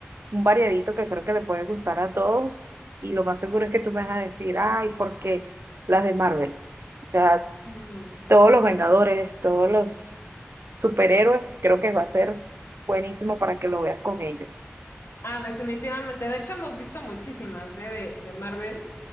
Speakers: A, on the right; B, on the left.
A: un variadito que creo que le puede gustar a todos y lo más seguro es que tú me vas a decir, ay, porque las de Marvel, o sea,
B: Mm,
A: todos los Vengadores, todos los superhéroes, creo que va a ser buenísimo para que lo veas con ellos.
B: Ah, definitivamente. De hecho, hemos visto muchísimas, ¿eh? de, de Marvel.